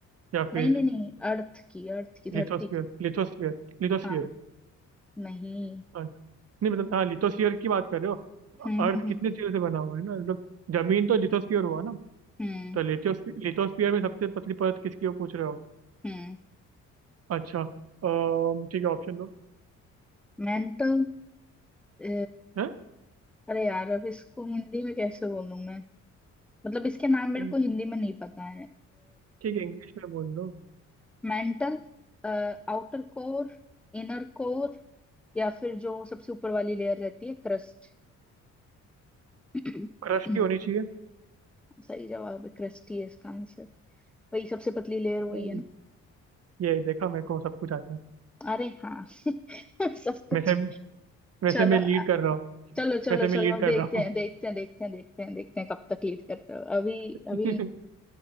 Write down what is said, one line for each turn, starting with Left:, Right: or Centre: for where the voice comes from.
Right: या फिर
Centre: नहीं नहीं नहीं अर्थ की अर्थ की धरती
Right: लिथोस्फीयर
Centre: की
Right: लिथोस्फीयर लिथोस्फीयर
Centre: हाँ नहीं
Right: हाँ। नहीं मतलब हाँ लिथोस्फीयर की बात कर रहे हो
Centre: हम्म
Right: अर्थ
Centre: हम्म हम्म
Right: कितने चीजों से बना हुआ है ना मतलब जमीन तो लिथोस्फीयर हुआ ना
Centre: हम्म
Right: तो लिथोस्फीयर लिथोस्फीयर में सबसे पतली परत किसकी हो पूछ रहे हो
Centre: हम्म।
Right: अच्छा अम, ठीक है ऑप्शन दो
Centre: मैंने तो अ,
Right: है
Centre: अरे यार अब इसको हिंदी में कैसे बोलूं मैं मतलब इसके नाम मेरे
Right: ठीक
Centre: को हिंदी में नहीं पता है
Right: है इंग्लिश में बोल दो
Centre: Mantle outer core inner core या फिर जो सबसे ऊपर वाली लेयर रहती है क्रस्ट <clears throat>
Right: क्रस्ट ही होनी चाहिए
Centre: सही जवाब है क्रस्ट ही है इसका आंसर वही सबसे पतली लेयर वही
Right: हम्म।
Centre: है ना
Right: ये देखा मेरे को सब कुछ आता है
Centre: अरे हाँ <laughs> सब कुछ
Right: वैसे वैसे
Centre: चलो
Right: मैं
Centre: अ-
Right: लीड कर रहा हूँ
Centre: चलो चलो
Right: वैसे मैं
Centre: चलो
Right: लीड कर
Centre: देखते
Right: रहा हूँ
Centre: हैं देखते हैं देखते हैं देखते हैं देखते हैं कब तक लीड करते हो अभी
Right: <laughs>
Centre: अभी